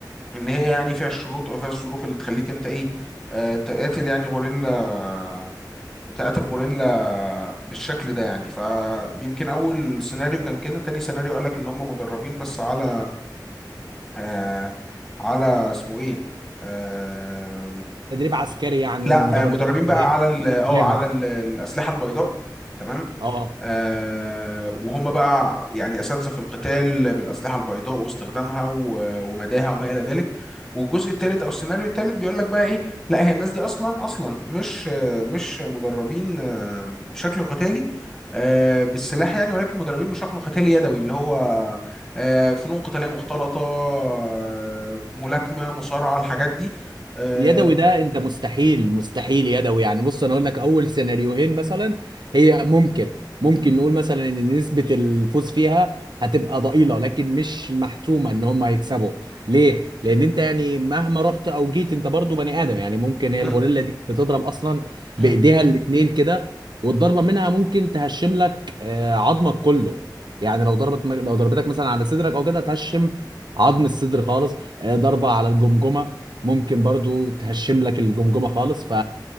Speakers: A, in the centre; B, on the right (about 70°).
A: ان هي يعني فيها الشروط او فيها الظروف اللي تخليك انت ايه آه تقاتل يعني غوريلا تقاتل غوريلا بالشكل ده يعني فيمكن اول سيناريو كان كده تاني سيناريو قال لك ان هم مدربين بس على آه على اسمه ايه آه
B: تدريب عسكري يعني
A: لا
B: ومدربين
A: آه مدربين بقى
B: تدريب
A: على ال- اه
B: جامد
A: على ال- الاسلحه البيضاء تمام
B: اه
A: آه، وهم بقى يعني أساتذة في القتال بالأسلحة البيضاء واستخدامها و- ومداها وما إلى ذلك والجزء الثالث أو السيناريو الثالث بيقول لك بقى إيه لا هي الناس دي أصلا أصلا مش آه، مش مدربين آه، بشكل قتالي آه، بالسلاح يعني ولكن مدربين بشكل قتالي يدوي اللي هو آه، فنون قتالية مختلطة آه، ملاكمة مصارعة الحاجات دي آه،
B: يدوي ده انت مستحيل مستحيل يدوي يعني بص انا اقول لك اول سيناريوهين مثلا هي ممكن ممكن نقول مثلا ان نسبة الفوز فيها هتبقى ضئيلة لكن مش محتومة ان هم هيكسبوا ليه؟ لان انت يعني مهما رحت او جيت انت برضو بني ادم يعني ممكن هي
A: مم،
B: الغوريلا دي بتضرب اصلا بايديها
A: مم.
B: الاتنين كده والضربة منها ممكن تهشم لك آه، عظمك كله يعني لو ضربت لو ضربتك مثلا على صدرك او كده تهشم عظم الصدر خالص آه، ضربة على الجمجمة ممكن برضو تهشم لك الجمجمه خالص ف